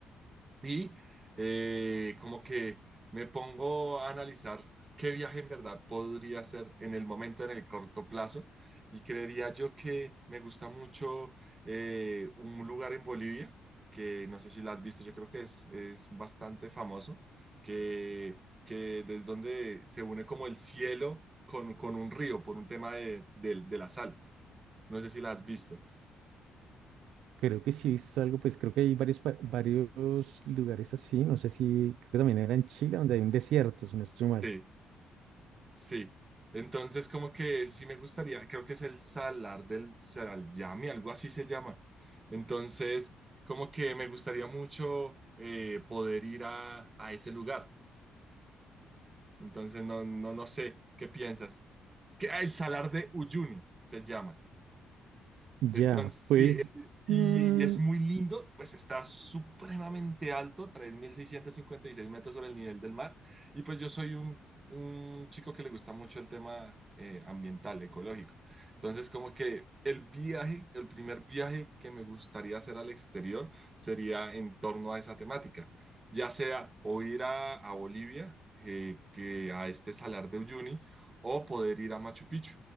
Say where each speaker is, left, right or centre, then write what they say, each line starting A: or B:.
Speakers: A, on the right (about 25°); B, on the right (about 85°).
A: Y eh, como que me pongo a analizar qué viaje en verdad podría hacer en el momento, en el corto plazo. Y creería yo que me gusta mucho eh, un lugar en Bolivia, que no sé si la has visto, yo creo que es, es bastante famoso, que, que desde donde se une como el cielo con, con un río por un tema de, del- de la sal. No sé si la has visto.
B: Creo que sí es algo, pues creo que hay varios, pa- varios lugares así. No sé si, creo que también era en Chile, donde hay un desierto, si no estoy mal.
A: Sí. Sí, entonces como que sí me gustaría, creo que es el salar del Salyami, algo así se llama. Entonces, como que me gustaría mucho eh, poder ir a, a ese lugar. Entonces, no, no, no sé, ¿qué piensas? Que ah, el salar de Uyuni se llama.
B: Ya,
A: Entonces,
B: pues,
A: sí, eh, y,
B: mm,
A: es muy lindo, pues está supremamente alto, 3.656 metros sobre el nivel del mar. Y pues yo soy un, un chico que le gusta mucho el tema eh, ambiental, ecológico. Entonces, como que el viaje, el primer viaje que me gustaría hacer al exterior sería en torno a esa temática, ya sea o ir a, a Bolivia, eh, que a este Salar de Uyuni, o poder ir a Machu Picchu.